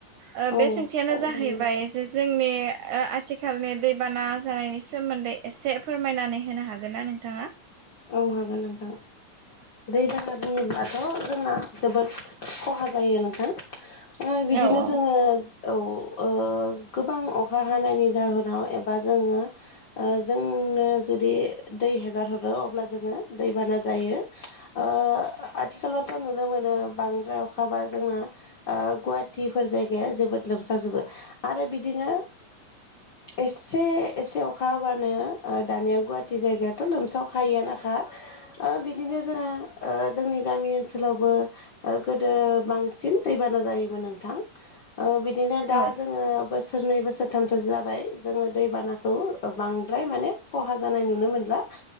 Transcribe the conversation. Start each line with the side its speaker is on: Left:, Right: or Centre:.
Right: ओ बे
Left: औ
Right: सोंथियानो
Left: सावरायजागोन
Right: जाहैबाय
Left: नोंथां
Right: जे जोंनि ओ आथिखालनि दैबाना जानायनि सोमोन्दै एसे फोरमायनानै होनो हागोन ना नोंथाङा?
Left: औ हागोन नोंथां। दैबाना बुङोब्लाथ' जोंना जोबोद खहा जायो नोंथां ओ बिदिनो
Right: औ औ
Left: जोङो औ ओ गोबां अखा हानायनि जाहोनाव एबा जोङो ओ जोंनो जुदि दै हेगारहरो अब्ला जोङो दैबाना जायो। ओ आथिखालावथ' नुनो मोनो बांद्राय अखाबा जोङो गुवाहाटिफोर जायगाया जोबोद लोमसाजोबो आरो बिदिनो एसे एसे अखा हाबानो दानिया गुवाहाटि जायगायाथ' लोमसाव खायोआनोखा बिदिनो जोङो जोंनि गामि ओनसोलावबो गोदो बांसिन दैबाना जायोमोन नोंथां। बिदिनो दा
Right: औ
Left: जोङो बोसोरनै बोसोरथामसो जाबाय जोङो दैबानाखौ। बांद्राय माने खहा जानाय नुनो मोनला।